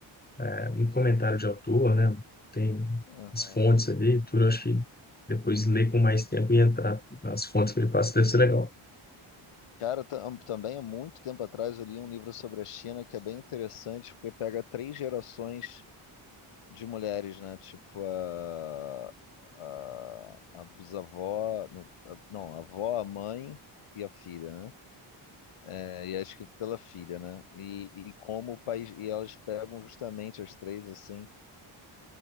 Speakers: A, on the left (about 20°); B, on the left (about 85°).
A: é, muito comentário de autor, né? Tem
B: uhum.
A: as fontes ali, e tudo. Eu acho que depois ler com mais tempo e entrar nas fontes que ele passa deve ser legal.
B: Cara, tam- também há muito tempo atrás eu li um livro sobre a China que é bem interessante, porque pega três gerações de mulheres, né? Tipo, a, a, a bisavó, não, a não, a avó, a mãe e a filha, né? É, e é escrito pela filha, né? E, e como o país. E elas pegam justamente as três, assim,